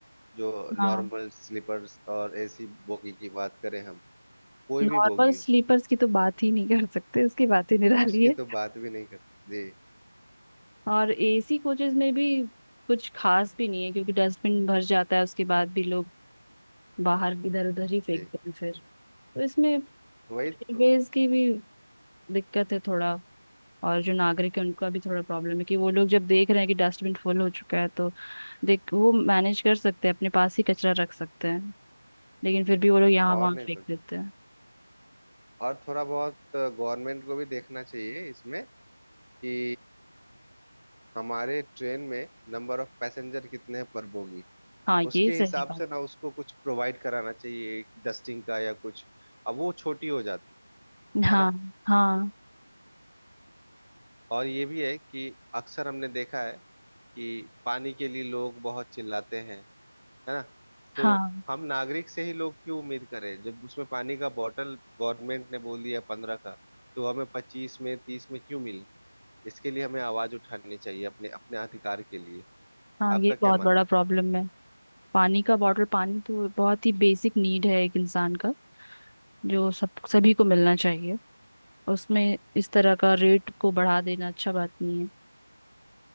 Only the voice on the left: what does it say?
हाँ
नॉर्मल
स्लीपर्स की तो बात ही नहीं कर सकते उसकी बात ही निराली
है
और एसी कोचेज में भी कुछ खास भी नहीं है क्योंकि डस्टबिन भर जाता है उसके बाद भी लोग बाहर इधर उधर ही फेंकते
हैं फिर तो इसमें
रेलवेज
की भी दिक्कत है थोड़ा और जो नागरिक है उनका भी थोड़ा प्रॉब्लम है कि वो लोग जब देख रहे हैं कि डस्टबिन फुल हो चुका है तो देख वो मैनेज कर सकते हैं अपने पास ही कचरा रख सकते हैं लेकिन फिर भी वो लोग यहाँ
वहाँ
फेंक
देते हैं
हाँ
ये सही
बात
हाँ
हाँ
हाँ
हाँ
ये
बहुत बड़ा
प्रॉब्लम है पानी का बॉटल पानी तो बहुत ही बेसिक नीड है एक इंसान का जो सब सभी को मिलना चाहिए उसमें इस तरह का रेट को बढ़ा देना अच्छा बात नहीं है